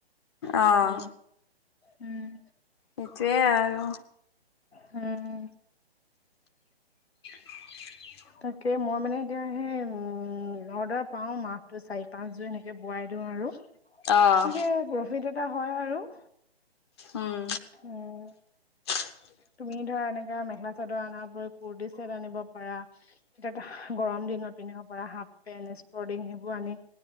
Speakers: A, on the left; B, on the left.
A: অ',
B: উ উম।
A: সেইটোৱে আৰু।
B: হুম।
A: <inaudible>
B: তাকে মই মানে এতিয়া সেই উম অৰ্ডাৰ পাও মাহটো চাৰি, পাঁচ জোৰ সনেকে বোৱাই দিওঁ। আৰু ঠিকে
A: অ'।
B: প্ৰফিট এটা হয় আৰু।
A: উম,
B: উম।
A: <inaudible>
B: তুমি ধৰা এনেকা মেখেলা চাদৰ আনাৰ উপৰি কুৰ্টি চেট আনিব পাৰা। এতিয়া গৰম দিনত পিন্ধিব পৰা হাফ পেন্ট, স্পৰ্টিং সেইবোৰ আনি